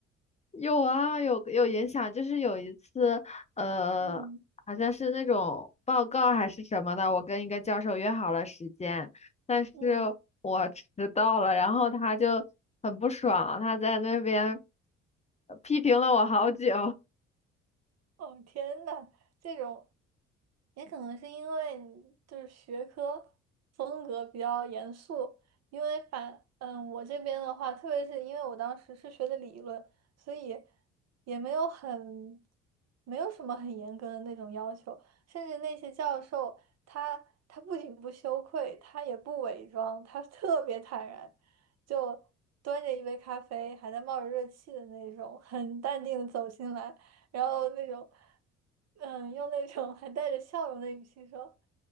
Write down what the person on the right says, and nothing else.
嗯
嗯。
哦，天呐，这种也可能是因为你就是学科风格比较严肃，因为反嗯，我这边的话，特别是因为我当时是学的理论，所以也没有很没有什么很严格的那种要求，甚至那些教授他他不仅不羞愧，他也不伪装，他特别坦然，就端着一杯咖啡，还在冒着热气的那种，很淡定的走进来。然后那种，嗯，用那种还带着笑容的语气说，